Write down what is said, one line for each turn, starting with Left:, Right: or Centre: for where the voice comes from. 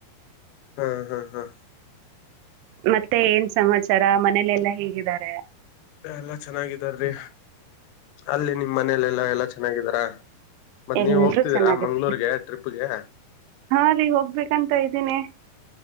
Left: ಹ್ಮ ಹ್ಮ ಹಾ
Right: ಮತ್ತೆ ಏನ್ ಸಮಾಚಾರ ಮನೇಲೆ ಎಲ್ಲಾ ಹೇಗಿದ್ದಾರೆ
Left: ಎಲ್ಲಾ ಚೆನ್ನಾಗಿದಾರ ರೀ ಅಲ್ಲಿ ನಿಮ್ ಮನೇಲೆಲ್ಲ ಎಲ್ಲಾ ಚೆನ್ನಾಗಿದಾರ ಮತ್ತ
Right: ಎಲ್ರೂ
Left: ನೀವ್ ಹೋಗ್ತಿದ್ದೀರಾ
Right: ಚೆನ್ನಾಗಿದ್ದಾರೆ
Left: ಮಂಗಳೂರುಗೆ ಟ್ರಿಪ್ಗೆ
Right: ಹಾ ರೀ ಹೋಗ್ಬೇಕಂತ ಇದ್ದೀನಿ